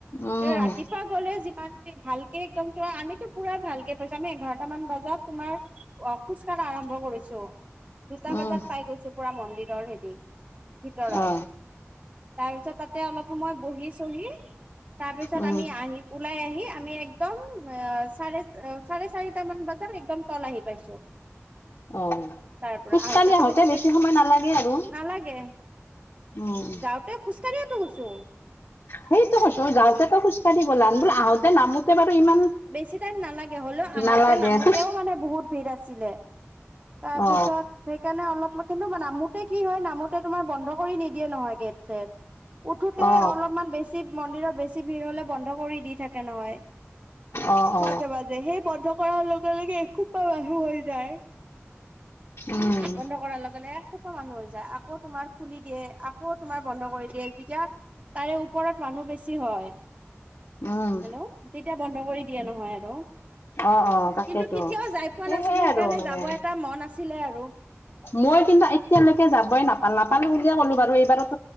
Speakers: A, on the left; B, on the right.
A: উম
B: ৰাতিপুৱা গ'লে যিমান ভালকে একদম তো আমিতো পুৰা ভালকে পাইছো আমি এঘাৰটা মান বজাত তোমাৰ অ খোজ কঢ়া আৰম্ভ কৰিছো দুটা
A: উম
B: বজাত পাই গৈছো পুৰা মন্দিৰৰ হেৰি ভিতৰত
A: অ
B: তাৰপিছত তাতে অলপ সময় বহি চহি তাৰপিছত
A: উম
B: আমি আহি ওলাই আহি আমি একদম চাৰে চাৰে চাৰিটা মান বজাত একদম তল আহি পাইছো
A: অ
B: তাৰ পৰা
A: খোজকাঢ়ি
B: আহোতেতটো
A: আহোতে
B: বেছি াইম
A: সময় নালাগে আৰু
B: নালাগে
A: উম
B: যাওঁতে খোজকাঢ়িয়াতো গুছো
A: সেইটো কছো মই যাওঁতেো খোজকাঢ়িব'ল আন বোল আহোতে নামোতে ইমান
B: বেছি টাইম নালাগে হ'লেও আহোতে
A: নালাগে
B: নামোতেও
A: খোজ
B: মানে বহুত ভিৰ আছিলে তাৰপিছত
A: অ
B: সেইকাৰণে অলপ কিন্তু মান মু তে কি হয় নামতে তোমাৰ বন্ধ কৰি নিদিয়ে নহয় গেট চছেট উঠোতে
A: অ
B: অলপমান বেছি মন্দিৰত বেছি ভিৰ হলে বন্ধ কৰি দি থাকে নহয়
A: অ অ
B: মাজে মাজে সেই বন্ধ কৰাৰ লগে লগে এসো প্ৰাবাহু হৈ যায়
A: উম
B: বন্ধ কৰাৰ লগে লগেোটা মানুহ হৈ যায় আকৌ তোমাৰ খুলি দিয়ে আকৌ তোমাৰ বন্ধ কৰি দিয়ে যেতিয়া তাৰে ওপৰত মানুহ বেছি হয়
A: উম
B: হেল্ল' তেতিয়া বন্ধ কৰি এয়া নহয় আৰু
A: অ অ তাকেইতো
B: কিন্তু কেতিয়াও যাই পোৱা
A: এ
B: নাছিলো
A: সেই
B: সেইকাৰণে
A: আৰু মানে
B: যাব এটা মন আছিলে আৰু
A: মই কিন্তু এতিয়ালৈকে যাবই নাপা নাপালো বুলিয়ে ক'লো বাৰু এইবাৰত